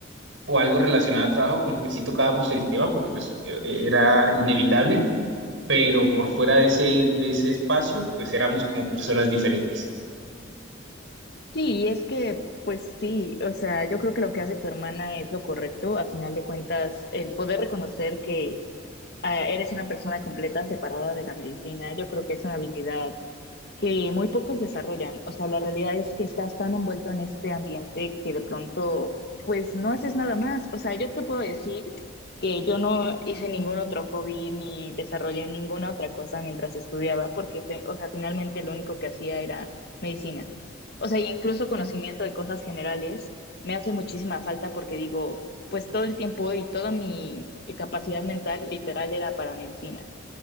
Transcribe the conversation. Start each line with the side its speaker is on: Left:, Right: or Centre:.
Right: o algo relacionado al trabajo, como que sí tocábamos el tema porque pues e- e, era inevitable, pero por fuera de ese, de ese espacio, pues éramos como personas diferentes.
Left: Sí, es que, pues sí, o sea, yo creo que lo que hace tu hermana es lo correcto. A final de cuentas, el poder reconocer que ah, eres una persona completa separada de la medicina, yo creo que es una habilidad que muy pocos desarrollan. O sea, la realidad es que estás tan envuelto en este ambiente que de pronto, pues no haces nada más. O sea, yo te puedo decir que yo no hice ningún otro hobby ni desarrollé ninguna otra cosa mientras estudiaba, porque, fe- o sea, finalmente lo único que hacía era medicina. O sea, y incluso conocimiento de cosas generales me hace muchísima falta porque digo, pues todo el tiempo y toda mi capacidad mental literal era para medicina.